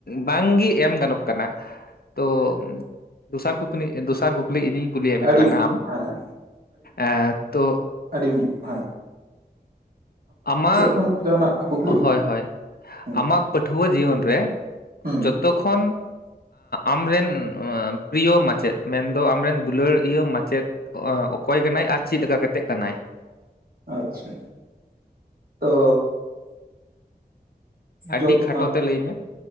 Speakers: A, on the left (about 65°); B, on the right (about 60°).
A: ᱵᱟᱝᱜᱤ ᱮᱢ ᱜᱟᱱᱚᱜ ᱠᱟᱱᱟ ᱛᱚ ᱫᱚᱥᱟᱨ ᱠᱩᱠᱞᱤ ᱫᱚᱥᱟᱨ ᱠᱩᱠ ᱞᱤ ᱤᱧᱤᱧ ᱠᱩᱞᱤᱭᱮᱫ ᱢᱮ
B: ᱟᱹᱰᱤ
A: ᱛᱟᱞᱟᱝᱼᱟ ᱟᱢ
B: ᱦᱮᱸ
A: ᱮᱸ ᱛᱚ
B: ᱟᱰᱤᱢ <unintelligible>
A: ᱟᱢᱟᱜ
B: ᱠᱷᱚᱱ ᱡᱟᱦᱟᱱᱟᱜ ᱠᱩᱠᱞᱤ
A: ᱦᱳᱭ ᱦᱳᱭ
B: ᱦᱩᱸ
A: ᱟᱢᱟᱜ ᱯᱟᱹᱴᱷᱩᱣᱟᱹ ᱡᱤᱭᱚᱱ ᱨᱮ
B: ᱦᱩᱸ
A: ᱡᱷᱚᱛᱚ ᱠᱷᱚᱱ ᱟᱢᱨᱮᱱ ᱯᱨᱤᱭᱚ ᱢᱟᱪᱮᱫ ᱢᱮᱱᱫᱚ ᱟᱢᱨᱮᱱ ᱫᱩᱞᱟᱹᱲ ᱤᱭᱟᱹ ᱢᱟᱪᱮᱫ ᱚᱠᱚᱭ ᱠᱟᱱᱟᱭ? ᱟᱨ ᱪᱮᱫ ᱞᱮᱠᱟ ᱠᱟᱛᱮ ᱠᱟᱱᱟᱭ?
B: ᱟᱪᱷᱟ ᱛᱚ
A: ᱟᱹᱰᱤ
B: ᱡᱷᱚᱛᱚ
A: ᱠᱷᱟᱴᱚ ᱛᱮ ᱞᱟᱹᱭ ᱢᱮ